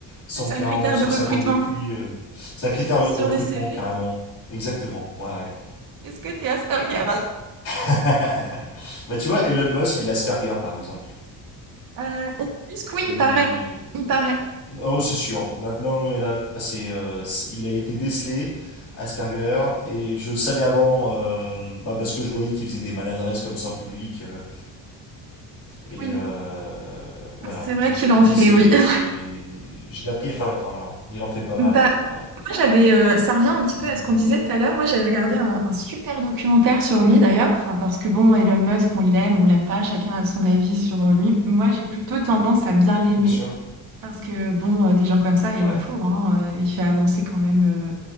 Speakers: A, on the left; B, on the right.
A: 140,
B: Peut-être c'est un critère de
A: 150
B: recrutement
A: de QI. euh, C'est un critère
B: sur
A: de recrutement,
B: le CV.
A: carrément. Exactement, ouais. ouais.
B: Est-ce que tu es Asperger?
A: <laughs> Bah, tu vois, Elon Musk, il est Asperger, par exemple.
B: Euh, est-ce que oui,
A: Et
B: il paraît. Il paraît.
A: Oh, c'est sûr. Là, non, non, mais là, c'est, euh, c'est- il a été décelé, Asperger, et je le savais avant, euh, bah, parce que je voyais qu'il faisait des maladresses comme ça en public. euh, et
B: Oui,
A: euh, voilà.
B: c'est vrai
A: Donc,
B: qu'il en
A: lui,
B: fait,
A: c'est.
B: oui. <laughs>
A: Je l'ai appris il n'y a pas longtemps, là. Il en fait pas mal,
B: Bah,
A: ouais. ouais.
B: moi j'avais, euh, ça revient un petit
A: Donc,
B: peu à ce qu'on
A: euh,
B: disait tout à l'heure. Moi, j'avais regardé un, un super documentaire sur lui d'ailleurs. Enfin, parce que bon, Elon Musk, on l'aime, on l'aime pas. Chacun a son avis sur euh, lui. Moi, j'ai plutôt tendance à bien l'aimer
A: bien sûr.
B: parce que bon, euh, des gens comme ça, il
A: Ouais.
B: en faut. hein. Euh, il fait avancer quand même. euh,